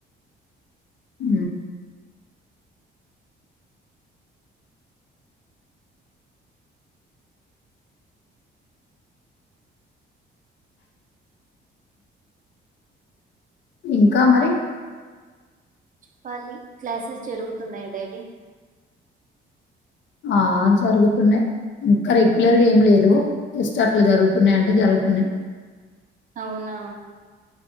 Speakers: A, on the left; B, on the right.
A: ఉ ఇంకా మరి
B: చెప్పాలి క్లాసెస్ జరుగుతున్నాయి డైలీ
A: ఆ జరుగుతున్నాయి ఇంకా రెగ్యులర్గా ఏం లేదు ఎస్ట్ అట్లా జరుగుతున్నాయి అంటే జరుగుతున్నాయి
B: అవునా